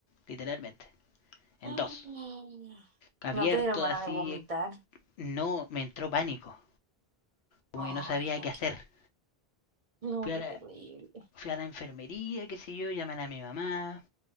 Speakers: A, on the left; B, on the right.
A: literalmente,
B: <gasps>
A: en
B: Mm.
A: dos. Abierto
B: No te dieron ganas
A: así,
B: de vomitar.
A: eh, no, me entró pánico, como
B: Ay,
A: que no sabía
B: no,
A: qué hacer.
B: qué, no,
A: Fui a
B: qué
A: la,
B: terrible.
A: fui a la enfermería, qué sé yo, llaman a mi mamá.